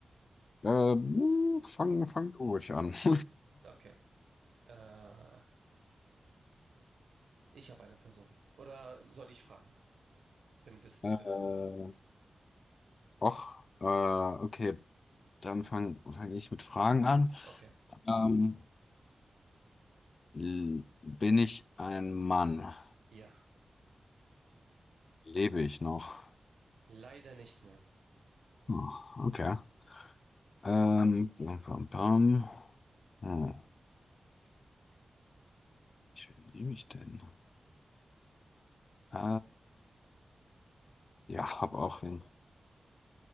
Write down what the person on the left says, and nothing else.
äh, mh, fang, fang du ruhig an. <laughs>
Äh,
och, äh, okay, dann fang, fang ich mit Fragen an.
Ähm, l- bin ich ein Mann?
Lebe ich noch?
Hm, okay. Ähm, bam, bam, bam. Hm, wie liebe ich denn? Äh, Ja, habe auch wen.